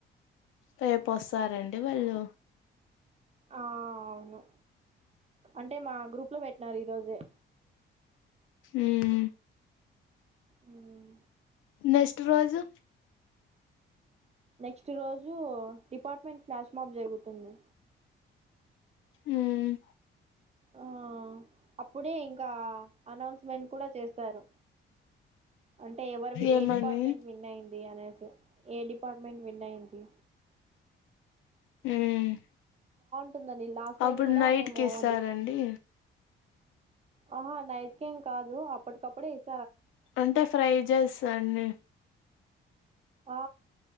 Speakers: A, on the left (about 85°); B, on the right (about 30°).
A: రేపోస్తారా అండి వాళ్ళు.
B: ఆహ్ అవును. అంటే మా గ్రూప్ లో పెట్టినారు ఈ రోజే.
A: ఉమ్
B: మ్మ్.
A: నెక్స్ట్ రోజు.
B: నెక్స్ట్ రోజు డిపార్ట్మెంట్ ఫ్లాష్మాప్ జరుగుతుంది.
A: ఉమ్మ్.
B: ఆ అప్పుడే ఇంకా అనౌన్స్మెంట్ కూడా చేస్తారు అంటే ఎవరివి
A: ఏమని
B: ఏ డిపార్ట్మెంట్ విన్ అయింది అనే సి ఏ డిపార్ట్మెంట్ విన్నైంది
A: ఉమ్
B: ంటుందని లాస్ట్ టైం
A: అప్పుడు
B: కూడా
A: నైట్
B: మేము
A: కి ఇస్తారండి
B: డి ఆహా నైట్కేం కాదు అప్పటికప్పుడే ఇస్
A: అంటే ఫ్రై జెస్ అన్ని
B: ఆ